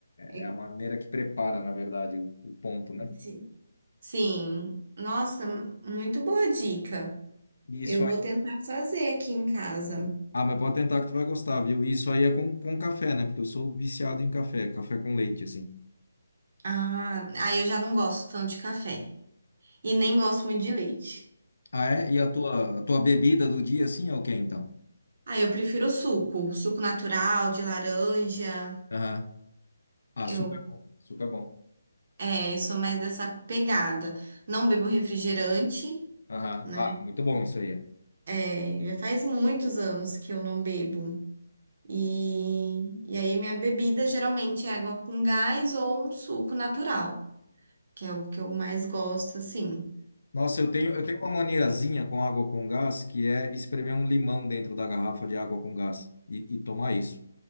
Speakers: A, on the right (about 45°); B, on the left (about 70°).
A: É
B: É
A: que
B: a maneira que prepara, na verdade, o, o ponto, né?
A: se- Sim. Nossa, muito boa dica.
B: E isso
A: Eu vou tentar fazer aqui em casa.
B: Ah, mas pode tentar que tu vai gostar, viu? E Isso aí é com, com café, né? Porque eu sou viciado em café, café com leite, assim.
A: Ah, aí eu já não gosto tanto de café. E nem gosto muito de leite.
B: Ah, é? E a tua, a tua bebida do dia, assim, é o quê, então?
A: Ah, eu prefiro o suco. Suco natural, de laranja.
B: Aham. Ah,
A: Eu,
B: super bom, super bom.
A: é, eu sou mais dessa pegada. Não bebo refrigerante,
B: Aham.
A: né?
B: Ah, muito bom isso aí. é.
A: É, já faz muitos anos que eu não bebo. E, e aí minha bebida geralmente é água com gás ou um suco natural, que é o que eu mais gosto, assim.
B: Nossa, eu tenho, eu tenho uma maniazinha com água com gás, que é espremer um limão dentro da garrafa de água com gás e, e tomar isso,